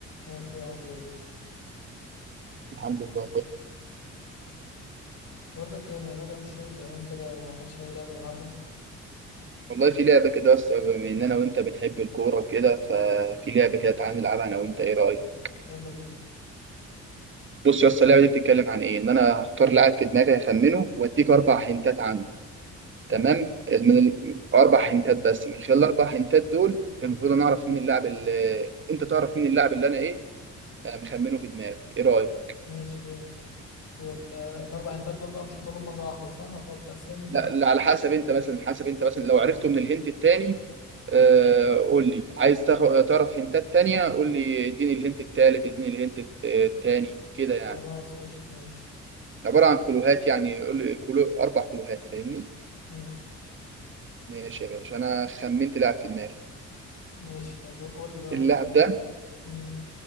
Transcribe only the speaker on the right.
الحمد لله يا اخويا
والله في لعبة كده بس بما إن أنا وأنت بنحب الكورة وكده ففي لعبة كده تعالى نلعبها أنا وأنت إيه رأيك؟
بص يا اسطى اللعبة دي بتتكلم عن إيه؟ إن أنا هختار لاعب في دماغي هخمنه وأديك أربع هنتات عنه
تمام؟ من ال- أربع هنتات بس من خلال الأربع هنتات دول المفروض أنا أعرف مين اللاعب اللي أنت تعرف مين اللاعب اللي أنا إيه؟ أنا مخمنه في دماغي إيه رأيك؟
لا
لا، على حسب انت مثلا حسب انت مثلا لو عرفته من الهنت التاني آه، قول لي عايز تاخ- تعرف هنتات تانية قول لي اديني الهنت التالت اديني الهنت الت- آه، التاني كده يعني
عبارة عن كلوهات يعني قول لي كلو أربع كلوهات فاهمني؟
ماشي يا باشا أنا خمنت لاعب في دماغي
اللاعب
ده